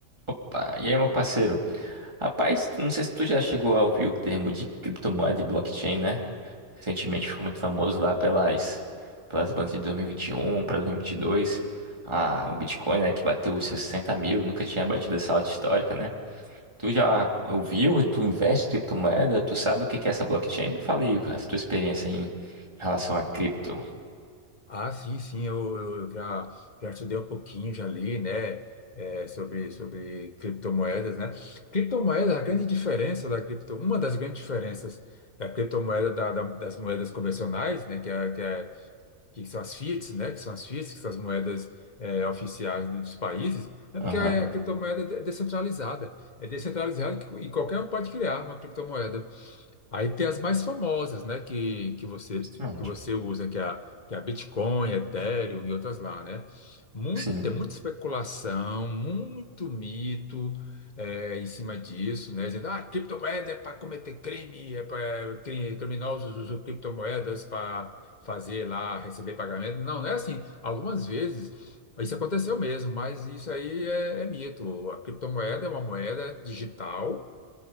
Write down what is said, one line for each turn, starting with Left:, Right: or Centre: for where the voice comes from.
Right: Opa, e aí, meu parceiro? Rapaz, tu- não sei se tu já chegou a ouvir o termo de criptomoeda e blockchain, né? Recentemente ficou muito famoso lá pelas, pelas bandas de dois mil e e vinte e um para 2022. Ah, o Bitcoin, né, que bateu os seus sessenta mil, nunca tinha batido essa alta histórica, né? Tu já ouviu? Tu investe em criptomoeda? Tu sabe o que que é essa blockchain? Me fala aí a tua experiência em relação a cripto.
Left: Ah, sim, sim, eu, eu já, já estudei um pouquinho, já li, né, é, sobre, sobre criptomoedas, né? Criptomoeda, a grande diferença da cripto, uma das grandes diferenças da criptomoeda da- da- das moedas convencionais, né, que, é, que, é, que são as fiats, né, que são as fiats, que são as moedas é, oficiais dos países, é
Right: Aham.
Left: porque é a criptomoeda é descentralizada, é descentralizada e qualquer um pode criar uma criptomoeda. Aí tem as mais famosas, né, que, que você
Right: Sim.
Left: que você usa, que é a, que é a Bitcoin, Ethereum e outras lá, né? Muito,
Right: Sim.
Left: Tem muita especulação, muito mito é, em cima disso, né? Dizendo, ah, criptomoeda é para cometer crime, é para criminosos usam criptomoedas para fazer lá, receber pagamento. Não, não é assim. Algumas vezes isso aconteceu mesmo, mas isso aí é, é mito. A criptomoeda é uma moeda digital